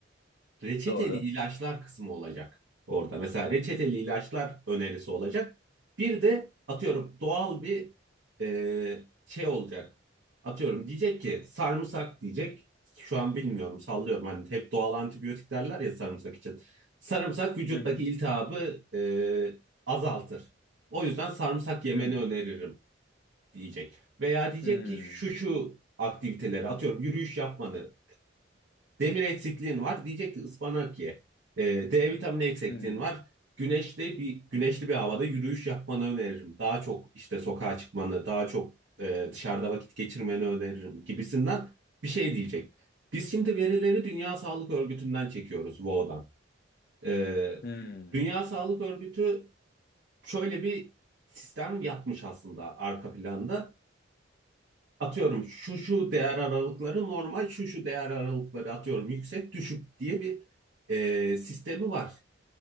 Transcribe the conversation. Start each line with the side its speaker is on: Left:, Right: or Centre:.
Right: reçeteli
Left: Doğru.
Right: ilaçlar kısmı olacak orada. Mesela reçeteli ilaçlar önerisi olacak. Bir de atıyorum doğal bir e, şey olacak. Atıyorum diyecek ki sarımsak diyecek. Şu an bilmiyorum sallıyorum hani hep doğal antibiyotik derler ya sarımsak için. Sarımsak vücuttaki
Left: Hı hı.
Right: iltihabı e, azaltır. O yüzden sarımsak yemeni
Left: Hı.
Right: öneririm diyecek. Veya diyecek
Left: Hı.
Right: ki şu şu aktiviteleri atıyorum yürüyüş yapmanı Demir eksikliğin var. Diyecek ki ıspanak ye. Ee, D vitamini eksikliğin
Left: Hı.
Right: var. Güneşte bir güneşli bir havada yürüyüş yapmanı öneririm. Daha çok işte sokağa çıkmanı, daha çok e, dışarıda vakit geçirmeni öneririm gibisinden bir şey diyecek. Biz şimdi verileri Dünya Sağlık Örgütü'nden çekiyoruz, WHO'dan. Ee,
Left: Hı.
Right: Dünya Sağlık Örgütü şöyle bir sistem yapmış aslında arka planda atıyorum şu şu değer aralıkları normal şu şu değer aralıkları atıyorum yüksek düşük diye bir e, sistemi var